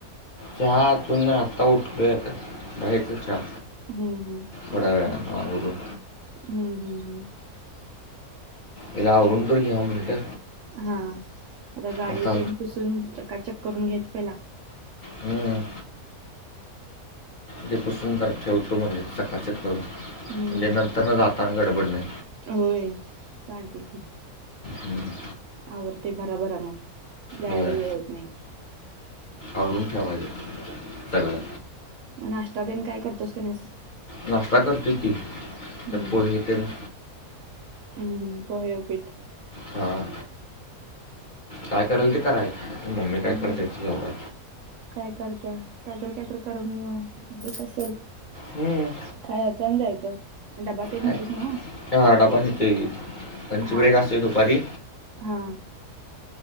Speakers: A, on the left; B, on the right.
A: चहा अजून नाय आता उठलोय आता करायचा चहा.
B: हम्म हम्म
A: थोड्या वेळानं आवरून.
B: हम्म हम्म हम्म.
A: एकदा आवरून तर घ्यावं म्हणलं.
B: हा आता गाडी
A: मग ता
B: ते पुसून चकाचक करून घ्यायच पहिला.
A: हम्म. ते पुसून तर ठेवतो म्हणजे चकाचक करून म्हणजे
B: हम्म.
A: नंतर न जाताना गडबड नाय.
B: होय चालतय की.
A: हं,
B: आवरते भराभरा मग जायला
A: होय.
B: वेळ होत नाही.
A: आवरून ठेवायला सगळं.
B: म नाष्टा तेन काय करतोस का नाहीस?
A: नाष्टा करतोय की
B: हम्म
A: ते पोहे
B: हम्म.
A: तेन.
B: हम्म हम्म पोहे उपीट.
A: हां काय करेल ते कराय मम्मी
B: हम्म.
A: काय करते तेच्यावर.
B: काय करत्या कायतर कायतर <unintelligible> देत असेल.
A: हम्म.
B: खायचा आणि जायचा. आणि डबा तेन न्हेतोस
A: काय
B: ना हो
A: हा, डबा नेतोय लंच
B: हा
A: ब्रेक असतोय
B: हा.
A: दुपारी
B: हा.